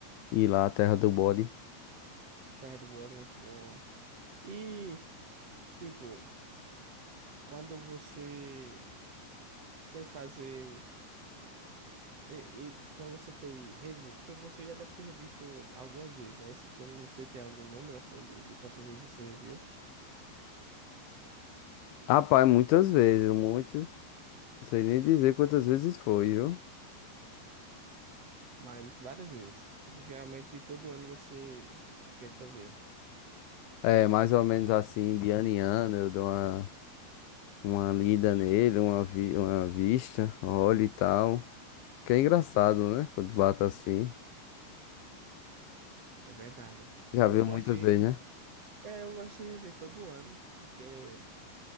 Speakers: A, on the left (about 90°); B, on the right (about 35°).
A: Ir lá à terra do bode.
B: Terra do Ouro, muito bom. E, tipo, quando você foi fazer. eh, l- Quando você foi rever, porque você já deve ter revisto algumas vezes, né? Esse filme, você tem algum número, assim, de, de quantas vezes você reviu?
A: Rapaz, muitas vezes, muito. Não sei nem dizer quantas vezes foi, viu?
B: Mas várias vezes. Tipo, geralmente todo ano você tenta ver.
A: É, mais ou menos assim, de ano em ano, eu dou uma, uma lida nele, uma, vi, uma vista, olho e tal. Porque é engraçado, né? Quando bata assim.
B: É verdade.
A: Já
B: Eu
A: viu
B: gosto
A: muitas vezes,
B: de.
A: né?
B: É, eu gosto de rever todo ano, porque,